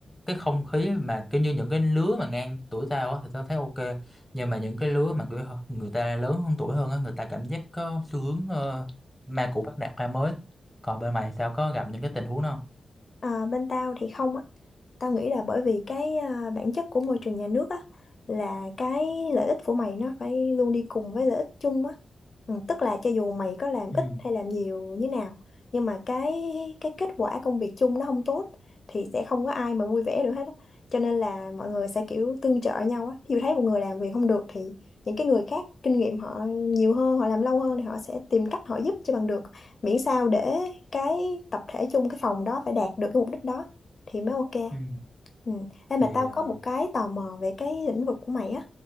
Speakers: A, in the centre; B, on the left.
A: cái không khí mà kiểu như những cái lứa mà ngang tuổi tao á thì tao thấy ok nhưng mà những cái lứa mà kiểu người ta lớn hơn tuổi hơn á người ta cảm giác có xu hướng ờ, ma cũ bắt nạt ma mới còn bên mày sao có gặp những cái tình huống đó không
B: À, bên tao thì không á. Tao nghĩ là bởi vì cái à, bản chất của môi trường nhà nước á là cái lợi ích của mày nó phải luôn đi cùng với lợi ích chung á. Ừ, tức là cho dù mày có làm
A: ừ
B: ít hay làm nhiều như nào nhưng mà cái cái kết quả công việc chung nó không tốt thì sẽ không có ai mà vui vẻ được hết á. Cho nên là mọi người sẽ kiểu tương trợ nhau á. Ví dụ thấy một người làm việc không được thì những cái người khác kinh nghiệm họ nhiều hơn, họ làm lâu hơn thì họ sẽ tìm cách họ giúp cho bằng được miễn sao để cái tập thể chung cái phòng đó phải đạt được cái mục đích đó thì mới ok
A: ừ
B: ừ. Ê mà
A: thì
B: tao
A: ờ,
B: có một cái tò mò về cái lĩnh vực của mày á